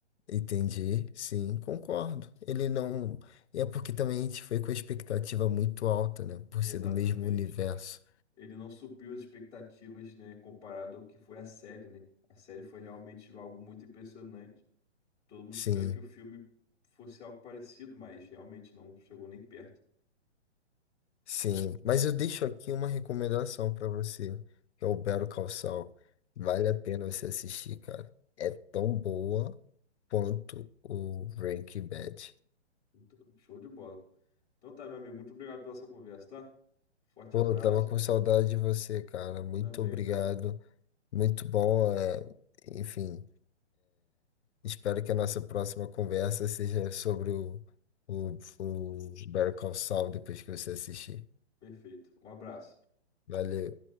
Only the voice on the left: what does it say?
Entendi, sim, concordo. Ele não. É porque também a gente foi com a expectativa muito alta, né? Por
ser do mesmo universo.
Sim,
sim. Mas eu deixo aqui uma recomendação pra você, que é o Better Call Saul. Vale a pena você assistir, cara. É tão boa quanto o Breaking Bad.
Pô,
eu tava com saudade de você, cara. Muito
obrigado.
Muito bom. é, Enfim. Espero que a nossa próxima conversa seja sobre o, o, o Better Call Saul depois que você assistir.
Valeu.